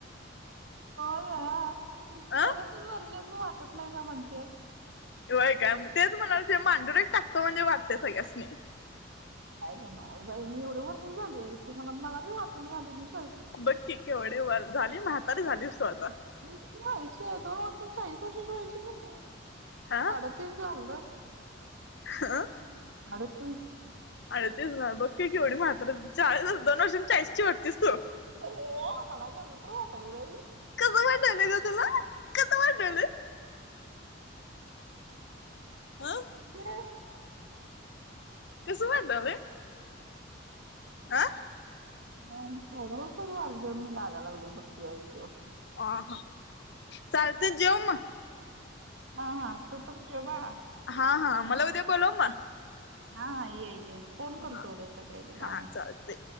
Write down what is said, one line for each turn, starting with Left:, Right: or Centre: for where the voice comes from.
Right: हो ग,
Left: अं
Right: सदतीस वर्षाच वाटत नाही सां म्हणत्यातं.
Left: वय काय, तेच म्हणालतो मांडुरेक टाकतो म्हणजे वाटतंय सगळ्यासनी.
Right: काय हे नव्ह बाई मी एवढ वर्षं झाल शी मला, मला भी वाटणा झालय की.
Left: बघ की, केवढे वर झाली म्हातारी झालीस तू आतां.
Right: व्हयं की गं, शोभा मावशी चाळीस वर्षाची व्हायची कणी,
Left: हा
Right: अडतीस लागलं.
Left: हा.
Right: अडतीस.
Left: अडतीस ला बघ की, केवढी म्हातारी, चाळीस दोन वर्षांन चाळीस ची होतीस तू.
Right: हो मला कसं तर वाटालयं बाई.
Left: कसं वाटालयं गं तुला, कसं वाटालयं. अं.
Right: म्हणजे
Left: कसं वाटालयं? आं.
Right: मग एवढं वर्ष झालं मी मागा लागलोय बघ की त्या ईषयावर.
Left: आ चालतंय जेव मग.
Right: हा हा तू पण जेव बाळा.
Left: हा हा मला उद्या बोलव मग.
Right: हा हा, ये ये, फोन करतो
Left: हा
Right: उद्या सकाळी तुला
Left: हा
Right: आणि.
Left: चालतय